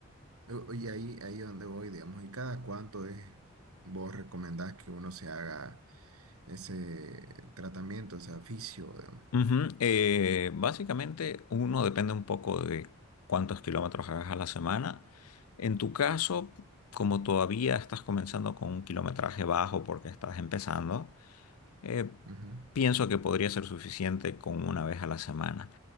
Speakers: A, on the right; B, on the left.
A: o- y ahí, ahí donde voy, digamos, ¿y cada cuánto es vos recomendás que uno se haga? ese tratamiento, o sea, fisio, digamos.
B: Ujú, eh, básicamente uno depende un poco de cuántos kilómetros hagas a la semana. En tu caso, como todavía estás comenzando con un kilometraje bajo porque estás empezando, eh,
A: Ujú.
B: pienso que podría ser suficiente con una vez a la semana.